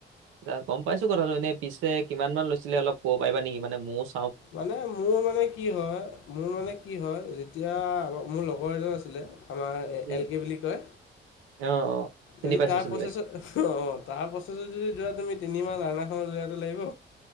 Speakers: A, on the right; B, on the left.
A: এ গম পাইছো কথাটো। এনে পিছে কিমান মান লৈছিলে অলপ ক'ব পাৰিবা নেকি? মানে মোচ
B: মানে, মোৰ মানে কি হয় মোৰ মানে কি হয়, যেতিয়া মোৰ লগৰ এজন আছিলে। আমাৰ
A: উম
B: এল কে বুলি কয়।
A: অ অ চিনি
B: যদি
A: পাইছো
B: তাক
A: চিনি
B: <unintelligible>
A: পাইছো
B: তাৰ প্ৰচেছত যদি যোৱা তুমি তিনিমাহ লাৰ্নাখন উলিয়াওতে লাগিব।